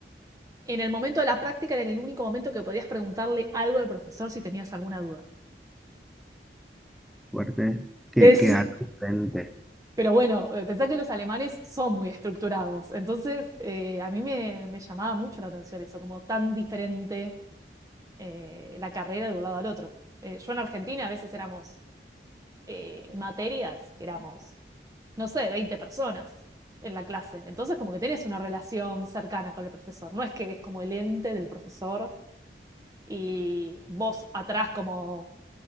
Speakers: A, on the right; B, in the centre.
A: en el momento de la práctica era el único momento que podías preguntarle algo al profesor si tenías alguna duda.
B: Fuerte, que,
A: Eh, sí.
B: que algo diferente.
A: Pero bueno, eh, pensá que los alemanes son muy estructurados, entonces eh, a mí me, me llamaba mucho la atención eso, como tan diferente eh, la carrera de un lado al otro. Eh, yo en Argentina a veces éramos eh, materias, que éramos, no sé, 20 personas en la clase. Entonces, como que tenés una relación cercana con el profesor. No es que es como el ente del profesor y vos atrás como